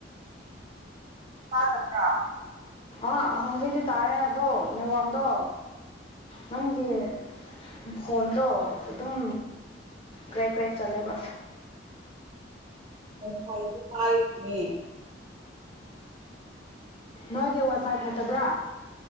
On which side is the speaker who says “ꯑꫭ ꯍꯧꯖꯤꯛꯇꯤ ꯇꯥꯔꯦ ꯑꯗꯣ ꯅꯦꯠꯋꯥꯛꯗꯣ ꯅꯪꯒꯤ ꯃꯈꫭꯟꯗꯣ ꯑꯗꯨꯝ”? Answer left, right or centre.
Left